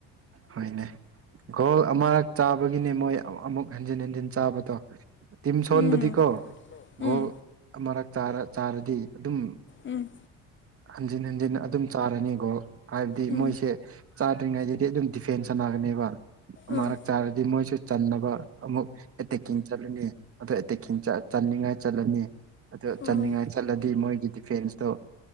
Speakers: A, on the right (about 40°); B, on the left (about 35°).
A: ꯍꯣꯏꯅꯦ ꯒꯣꯜ ꯑꯃꯔꯛ ꯆꯥꯕꯒꯤꯅꯦ ꯃꯣꯏ ꯑꯃꯨꯛ ꯍꯟꯖꯤꯟ ꯍꯟꯖꯤꯟ ꯆꯥꯕꯗꯣ ꯇꯤꯝ ꯁꯣꯟꯕꯗꯤꯀꯣ
B: ꯎꯝ
A: ꯒꯣꯜ
B: ꯎꯝ
A: ꯑꯃꯔꯛ ꯆꯥꯔ ꯆꯥꯔꯗꯤ ꯑꯗꯨꯝ
B: ꯎꯝ
A: ꯍꯟꯖꯤꯟ ꯍꯟꯖꯤꯟ ꯑꯗꯨꯝ ꯆꯥꯔꯅꯤ ꯒ‌ꯣꯜ ꯫ ꯍꯥꯏꯕꯗꯤ
B: ꯎꯝ
A: ꯃꯣꯏꯁꯦ ꯆꯥꯗ꯭ꯔꯤꯉꯩꯗꯗꯤ ꯑꯗꯨꯝ ꯗꯤꯐꯦꯟꯁ ꯁꯥꯟꯅꯒꯅꯦꯕ
B: ꯑꯥ
A: ꯃꯔꯛ ꯆꯥꯔꯗꯤ ꯃꯣꯏꯁꯨ ꯆꯟꯅꯕ ꯑꯃꯨꯛ ꯑꯦꯇꯦꯛꯀꯤꯡ ꯆꯠꯂꯅꯤ ꯑꯗꯨ ꯑꯦꯇꯦꯛꯀꯤꯡ ꯆꯅꯤꯡꯉꯥꯏ ꯆꯠꯂꯅꯤ ꯑꯗꯨ ꯆꯠꯅꯤꯡꯉꯥꯏ
B: ꯑꯥ
A: ꯆꯠꯂꯗꯤ ꯃꯣꯏꯒꯤ ꯗꯤꯐꯦꯟꯁꯇꯣ